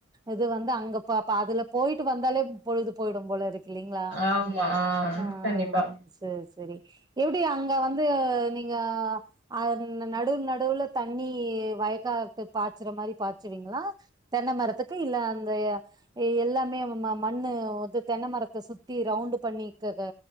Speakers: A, on the right; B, on the right.
A: இது வந்து அங்க பா அதுல போயிட்டு வந்தாலே பொழுது பொ போயிடும் போல இருக்கு இல்லலைங்களா
B: ஆமா ஆ
A: ஆஹ்
B: கண்டிப்பா
A: செரி செரி செரி எப்படி அங்க வந்து நீங்க அ நடுவு நடுவுல தண்ணி வயக்காத்து பாய்ச்சுற மாதிரி பாய்ச்சுவீங்களா தென்னை மரத்துக்கு இல்ல அந்த எல்லாமே நம்ம மண்ணு வந்து தென்ன மரத்தை சுத்தி ரவுண்டு் பண்ணி கக்க